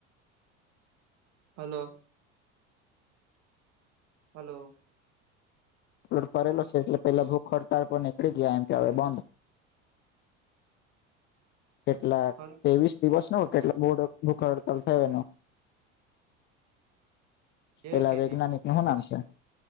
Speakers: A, on the right; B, on the left.
A: હલો. હલો!
B: અપલોડ કરેલો છે. એટલે પેલા ભૂખ હડતાળ પર નીકળી ગીયા એમ કેહવાય. બંધ. કેટલાક?
A: હલ
B: તેવીસ દિવસનો કેટલાક ભૂડ, ભૂખ હડતાલ થયો એનો.
A: હ. કેય
B: પેલા
A: કે
B: વૈજ્ઞાનિક
A: ની.
B: નું શું નામ છે